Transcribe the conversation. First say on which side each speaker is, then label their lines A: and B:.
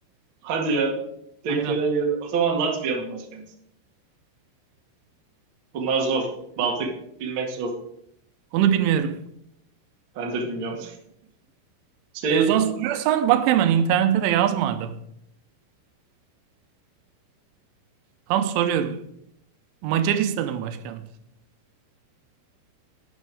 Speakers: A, on the right; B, on the right.
A: Hadi ya. Tekkene
B: Aynen.
A: gelme. O zaman Latvia'nın başkenti. Bunlar zor. Baltık bilmek zor.
B: Onu bilmiyorum.
A: Ben de bilmiyorum. <laughs> Şey
B: E o zaman soruyorsan bak hemen internete de yaz madem. Tam soruyorum. Macaristan'ın başkenti.